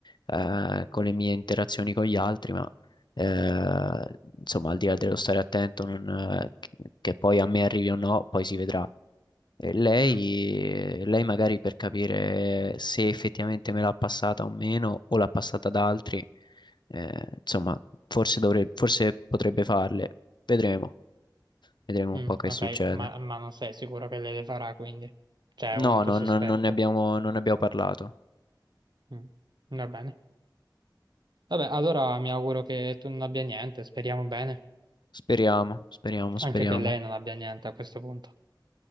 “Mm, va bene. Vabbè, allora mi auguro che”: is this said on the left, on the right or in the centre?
Right